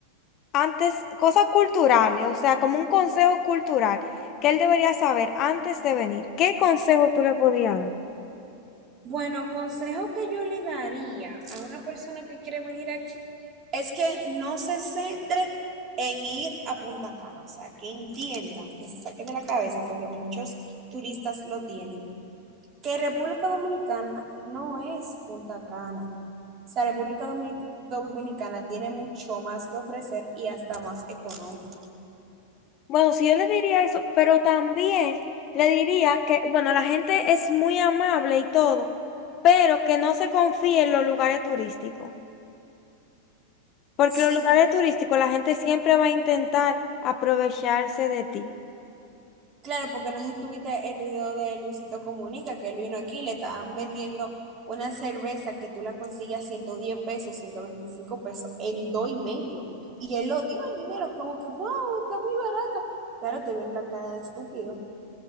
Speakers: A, on the left; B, on the right.
A: antes, cosas culturales, o sea, como un consejo cultural que él debería saber antes de venir. ¿Qué consejo tú le podrías dar?
B: Bueno, consejo que yo le daría a una persona que quiere venir aquí es que no se centre en ir a Punta Cana, o sea, que entienda, que se saque de la cabeza, porque muchos turistas lo tienen, que República Dominicana no es Punta Cana. O sea, República Dominic- Dominicana tiene mucho más que ofrecer y hasta más económico.
A: Bueno, sí, yo le diría eso, pero también le diría que, bueno, la gente es muy amable y todo, pero que no se confíe en los lugares turísticos, porque
B: Si
A: los lugares turísticos la gente siempre va a intentar aprovecharse de ti.
B: Claro, porque no sé si tuviste el video de Luisito Comunica, que él vino aquí, le estaban vendiendo una cerveza que tú la consigues a 110 pesos, 125 pesos, en dos y medio. Y él lo dio el dinero, como que, wow, está muy barato. Claro, te vieron la cara de estúpido.